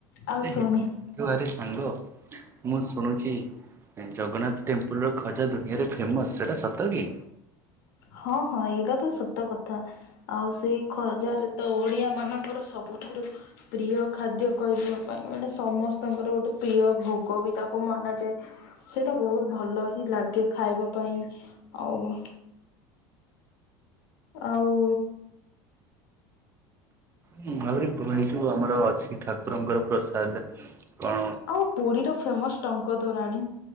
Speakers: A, on the left (about 80°); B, on the right (about 25°).
A: ଆଉ
B: ଆରେ <unintelligible>
A: ଶୁଣେ
B: ଆରେ ସାଙ୍ଗ ମୁଁ ଶୁଣୁଛି ନାଇଁ ଜଗନ୍ନାଥ ଟେମ୍ପୁଲ୍ ର ଖଜା ଦୁନିଆରେ ଫେମସ୍ ସେଇଟା ସତ କି?
A: ହଁ ହଁ ଏଇଟା ତ ସତ କଥା। ଆଉ ସେଇ ଖଜାରେ ତ ଓଡ଼ିଆ ମାନଙ୍କର ସବୁଠାରୁ ପ୍ରିୟ ଖାଦ୍ୟ କହିବା ପାଇଁ ମାନେ ସମସ୍ତଙ୍କର ଗୋଟେ ପ୍ରିୟ ଭୋଗ ବି ତାକୁ ମନାଯାଏ। ସେଇଟା ବୋହୁତ ଭଲ ହିଁ ଲାଗେ ଖାଇବା ପାଇଁ ଆଉ ଆଉ
B: ହୁଁ ଆହୁରି ଏଇ ଯୋଉ ଆମର ଅଛି ଠାକୁରଙ୍କର ପ୍ରସାଦ। କଣ
A: ଆଉ ପୁରୀର ଫେମସ ଟଙ୍କତୋରାଣୀ।